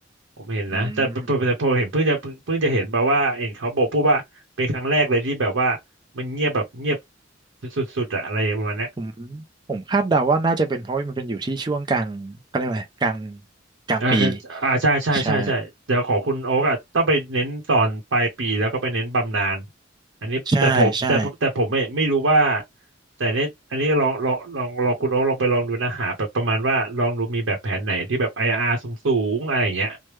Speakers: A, on the right (about 80°); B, on the right (about 20°).
A: ผมเห็นนะแต่แต่แต่พอเห็นเพิ่งจะเพิ่งเพิ่งจะเห็นแบบว่าเห็นเขาบอกพูดว่าเป็นครั้งแรกเลยที่แบบว่ามันเงียบแบบเงียบ
B: อืม
A: สุดๆอะอะไรประมาณเนี้ย
B: ผมผมคาดเดาว่าน่าจะเป็นเพราะว่ามันเป็นอยู่ที่ช่วงกลางเขาเรียกว่าอะไรกลางกลางปี
A: อ่ากืออ่าใช่ใช่ใช่ใช่เดี๋ยวของคุณโอ๊กอ่ะต้องไปเน้นตอนปลายปีแล้วก็ไปเน้นบำนาญ
B: ใช่
A: อันนี้แต่ผมแต่แต่ผมไม่ไม่รู้ว่า
B: ใช่ใช่
A: แต่เนี้ยอันนี้ลองลองลองลองคุณโอ๊กลองไปลองดูนะหาแบบประมาณว่าลองดูมีแบบแผนไหนที่แบบ IRR สูงสูงอะไรอย่างเงี้ย